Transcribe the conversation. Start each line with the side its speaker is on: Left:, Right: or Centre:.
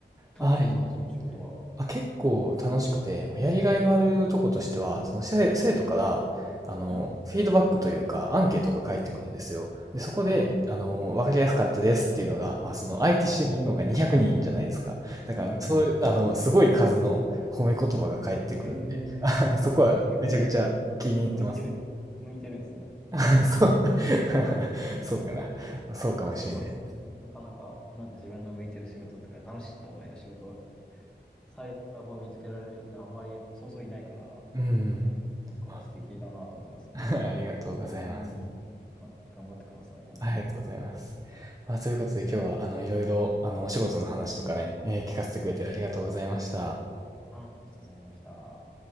Centre: 楽しいですかその仕事は。
Right: はい。あ、結構楽しくて、
Centre: うん
Right: やりがいのあるとことしては、その生、生徒から、
Centre: うん
Right: あの、
Centre: うん
Right: フィードバックというか、アンケートが返ってくるんですよ。
Centre: はいはいはい。
Right: で、そこで、
Centre: はいはいは
Right: あの、わかりやすかったですっていうのが、まあ、その、相手してるのが200人じゃないですか。
Centre: い。はい。
Right: だから、
Centre: うんうんうんうん。
Right: そういう、あの、すごい数の褒め言葉が返ってくるんで、
Centre: へえ、
Right: <laughs> そこはめちゃくちゃ気に入ってます。
Centre: すごいです。結構、向いてる、向いてるんですね。
Right: <laughs>
Centre: その仕事は。
Right: そう、<laughs> そうかな。そうかもしれない。
Centre: すごいですね。なかなか、なんか自分の向いてる仕事とか、楽しいと思える仕事は、最悪を見つけられる人ってあんまりそうそういないから、
Right: うん。
Centre: すごい、なんか素敵だなと思いますね。
Right: まあ <laughs>、ありがとうございます。
Centre: うん。が、頑張ってください、これからも。
Right: ありがとうございます。まあ、ということで今日はあのいろいろあのお仕事の話とかね、えー聞かせてくれてありがとうございました。
Centre: うん。ありがとうございました。